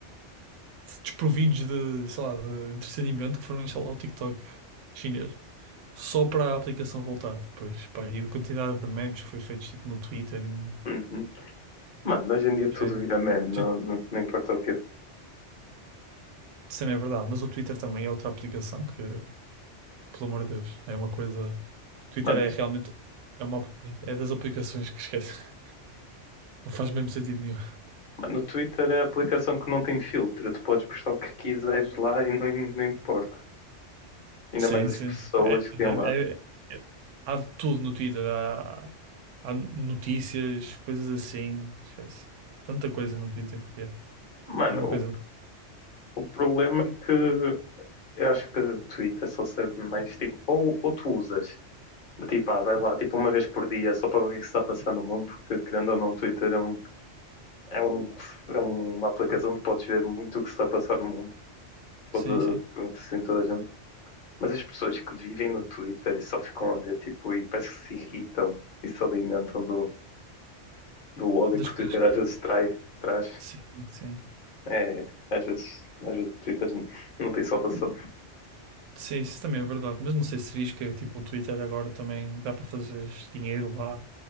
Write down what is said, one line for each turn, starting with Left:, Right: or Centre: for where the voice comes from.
Right: desprovidos de, sei lá, de entretenimento que foram instalar o TikTok chinês. Só para a aplicação voltar depois. Pá, e a quantidade de memes que foi feito tipo no Twitter. e no
Left: Uhum. Mano, hoje em dia tudo
Right: género.
Left: vira meme, não,
Right: Tu-
Left: não, não importa o quê.
Right: Isso também é verdade, mas o Twitter também é outra aplicação que, pelo amor de Deus, é uma coisa. Twitter
Left: Mano,
Right: é
Left: t-
Right: realmente é uma, é das aplicações que esquece. <laughs> Não faz mesmo sentido nenhum.
Left: mano, no Twitter é a aplicação que não tem filtro. Tu podes postar o que quiseres lá e não, não importa. Ainda
Right: Sim,
Left: mais as
Right: sim.
Left: pessoas
Right: É- é-
Left: que têm lá.
Right: é- é- há de tudo no Twitter. Há, há notícias, coisas assim. Esquece. Tanta coisa no Twitter que é.
Left: Mano,
Right: É uma
Left: o,
Right: coisa.
Left: o problema é que eu acho que o Twitter só serve mais tipo, ou, ou tu usas, do tipo, ah, vai lá, tipo, uma vez por dia, só para ver o que é que se está a passar no mundo, porque querendo ou não, o Twitter é, um, é, um, é uma aplicação que podes ver muito o que se está a passar no mundo, pode
Right: Sim, sim.
Left: acontecer em toda a gente. Mas as pessoas que vivem no Twitter e só ficam a ver, tipo, e parece que se irritam e se alimentam do, do ódio
Right: Das
Left: que
Right: coisas.
Left: o Twitter às vezes trai, traz.
Right: Sim, sim.
Left: É, às vezes, às vezes o Twitter não tem salvação.
Right: Sim, isso também é verdade. Mas não sei se viste que tipo, o Twitter agora também dá para fazer dinheiro lá.